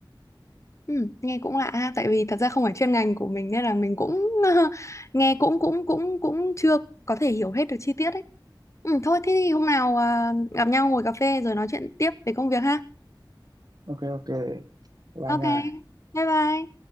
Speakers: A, on the left; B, on the right.
A: ừ, nghe cũng lạ ha, tại vì thật ra không phải chuyên ngành của mình nên là mình cũng <laughs> nghe cũng cũng cũng cũng chưa có thể hiểu hết được chi tiết ấy. Ừ, thôi thế thì hôm nào à, gặp nhau ngồi cà phê rồi nói chuyện tiếp về công việc ha.
B: Ok ok. Bye
A: Ok,
B: nha.
A: bye bye.